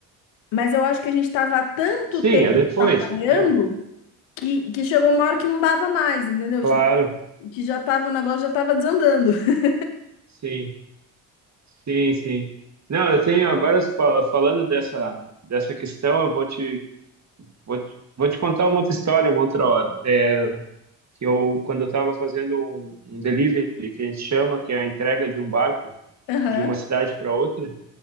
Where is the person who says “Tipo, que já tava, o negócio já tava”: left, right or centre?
Left